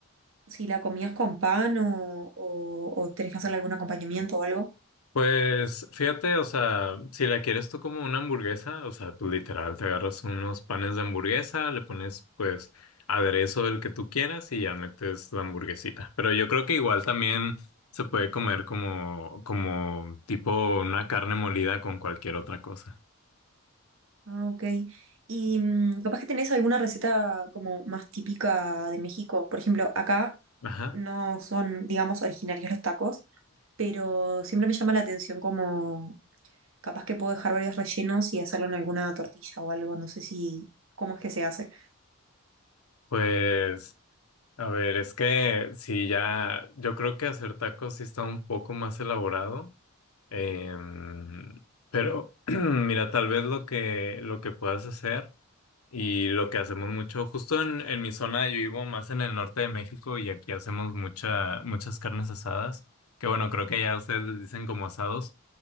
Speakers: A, on the right; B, on the left.
A: si la comías con pan o, o, o tenés que hacerle algún acompañamiento o algo.
B: Pues fíjate, o sea, si la quieres tú como una hamburguesa, o sea, pues literal, te agarras unos panes de hamburguesa, le pones pues aderezo el que tú quieras y ya metes la hamburguesita. Pero yo creo que igual también se puede comer como, como tipo una carne molida con cualquier otra cosa.
A: Ah, ok. Y mm, capaz que tenés alguna receta como más típica de México. Por ejemplo, acá
B: Ajá.
A: no son, digamos, originarios los tacos, pero siempre me llama la atención como capaz que puedo dejar varios rellenos y hacerlo en alguna tortilla o algo. No sé si, cómo es que se hace.
B: Pues, a ver, es que si ya, yo creo que hacer tacos sí está un poco más elaborado. Em, pero <clears throat> mira, tal vez lo que, lo que puedas hacer y lo que hacemos mucho, justo en, en mi zona, yo vivo más en el norte de México y aquí hacemos mucha, muchas carnes asadas, que bueno, creo que ya ustedes les dicen como asados.